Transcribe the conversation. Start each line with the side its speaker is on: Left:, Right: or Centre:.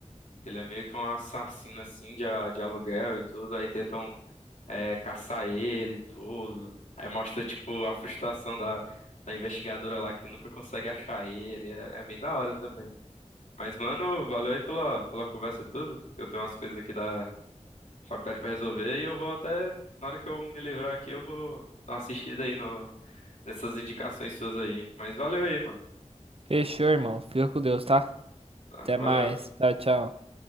Left: Que ele é meio que um assassino assim de, a- de aluguel e tudo. Aí tentam é, caçar ele e tudo. Aí mostra, tipo, a frustração da, da investigadora lá que nunca consegue achar ele. É, é bem da hora também. Mas, mano, valeu aí pela, pela conversa e tudo. Eu tenho umas coisas aqui da faculdade pra resolver e eu vou até, na hora que eu me livrar aqui, eu vou dar uma assistida aí no, nessas indicações suas aí. Mas valeu aí, mano.
Right: Fechou, irmão. Fica com Deus, tá?
Left: Tá,
Right: Até
Left: valeu.
Right: mais. Tchau, tchau.